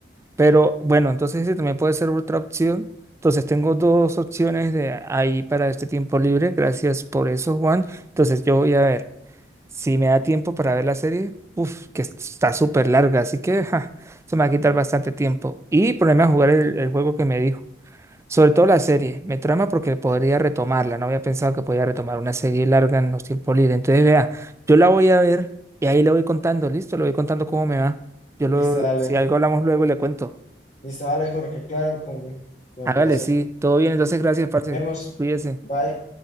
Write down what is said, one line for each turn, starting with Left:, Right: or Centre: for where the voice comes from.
Right: Pero bueno, entonces ese también puede ser otra opción. Entonces tengo dos opciones de ahí para este tiempo libre. Gracias por eso, Juan. Entonces yo voy a ver si me da tiempo para ver la serie. Uf, que está súper larga, así que ja, se me va a quitar bastante tiempo. Y ponerme a jugar el, el juego que me dijo. Sobre todo la serie, me trama porque podría retomarla, no había pensado que podía retomar una serie larga en los tiempos libres. Entonces, vea, yo la voy a ver y ahí le voy contando, listo, le voy contando cómo me va. Yo lo,
Left: Listo, dale.
Right: si algo hablamos luego, le cuento.
Left: Listo, dale, Jorge, claro, con, con
Right: Hágale,
Left: el placer.
Right: sí, todo bien, entonces gracias, parce,
Left: Vemos.
Right: cuídese.
Left: Bye.